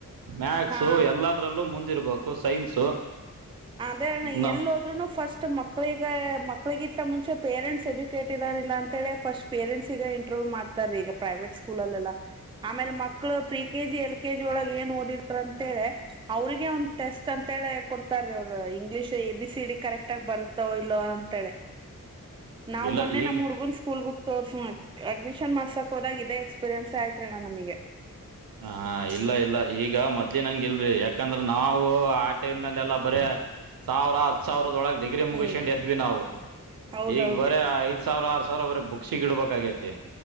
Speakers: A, on the right (about 80°); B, on the right (about 15°).
A: ಮ್ಯಾಥ್ಸ್
B: ಹಾ
A: ಎಲ್ಲದರಲ್ಲೂ ಮುಂದೆ ಇರ್ಬೇಕು ಸೈನ್ಸು
B: ಅದೇ
A: ನಾವು
B: ಎಲ್ಲೋದಫಸ್ಟ್ ಮಕ್ಳಿಗ ಮಕ್ಳಿಗಿತ್ತ ಮುಂಚೆ ಪೇರೆಂಟ್ಸ್ ಎಜು ಕೇರಲ್ಲ ಅಂತ ಹೇಳಿ ಫಸ್ಟ್ ಪೇರೆಂಟ್ಸ್ ಈಗ ಇಂಟರ್ವ್ಯ್ ಮಾಡ್ತಾರೀ ಈಗ ಪ್ರೈವೇಟ್ ಸ್ಕೂಲ್ಲ್ ಆಮೇಲೆ ಮಕ್ಳು ಪ್ರಿ ಕೆಜಿ ಎಲ್ಲಿ ಕೆ ಜಿ ಒಳಗೆ ಏನ್ ಓದಿದಾರ ಅಂತ ಹೇಳಿ ಅವ್ರಿಗೆ ಒಂದು ಟೆಸ್ಟ್ ಅಂತೇಳ ಕೊಡ್ ಸ ಅವ English A B C D correct ಆಗ ಬರುತ್ತಾವ ಇಲ್ಲೋ ಅಂತೇಳಿ ನಾವ್
A: ಇಲ್ಲ
B: ಮೊನ್ನೆ
A: ಈಗ
B: ನಮ್ಮ ಹುಡ್ಗುನ್ ಸ್ಕೂಲ್ಗಕ್ ತೋರ್ಸಣ ಅಡ್ಮಿಷನ್ ಷನ್ ಮಾಡ್ಸಕ್ ಹೋದಾಗ ಇದ ಎಕ್ಸ್ಪೀರಿಯನ್ಸ ಆಯ್ತ್ರಿ ನಮಗೆ
A: ಹ ಇಲ್ಲ ಇಲ್ಲ ಈಗ ಮೊದ್ಲಿನಂಗ ಇಲ್ರಿ ಯಾಕಂದ್ರ ನಾವು ಆ ಟೈಮ್ ನಲ್ಲ ಎಲ್ಲ ಬರ ಸಾವಿರ ಹ್ ಸಾವಿರದೊಳಗೆ ಡಿಗ್ರಿ ಮುಗಿಸೊಂಡ್
B: ಹ್ಮ್
A: ಎದ್ವಿ ನಾವು
B: ಹೌದೌದ್ರಿ
A: ಈಗ ಬರ ಐದ್ ಸಾವಿರ ಆರ್ ಸಾವಿರ ಬರ ಬುಕ್ಸಗ ಇಡ್ಬೇಕಾಗೇತಿ